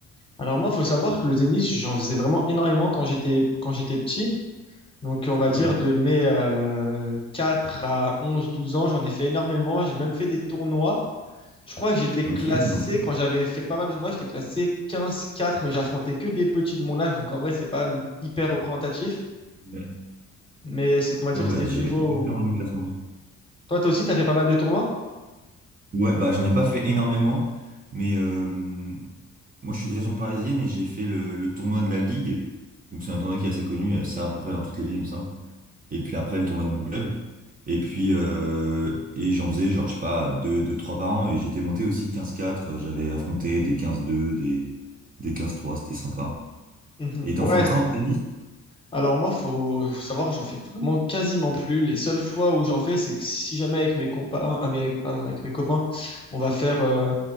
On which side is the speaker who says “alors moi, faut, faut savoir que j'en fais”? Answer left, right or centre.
Left